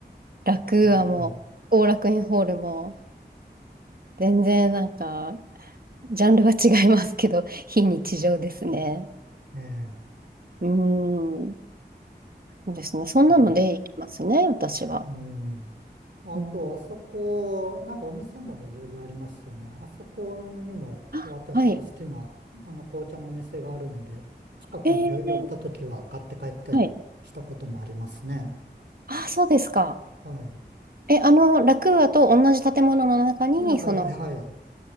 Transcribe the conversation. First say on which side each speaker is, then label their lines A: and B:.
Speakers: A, on the right (about 55°); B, on the right (about 75°).
A: 楽屋もう、
B: うん。
A: 後楽園ホールも、全然なんか、ジャンルは違いますけど、<laughs> 非日常ですね。
B: ええ、
A: うーん。そうですね。そんなので行きますね、
B: うん。
A: 私は。
B: うんあと、
A: うん。
B: あそこ、なんかお店もいろいろありますよね。あそこにも私の好きな、
A: あ、はい。
B: あの、紅茶のお店があるんで、近くに寄寄った時は買って帰ったりしたこともありますね。
A: えー、はい。あ、そうですか。
B: はい。
A: え、あの、楽屋と同じ建物の中に、
B: なんか、
A: その、
B: はい。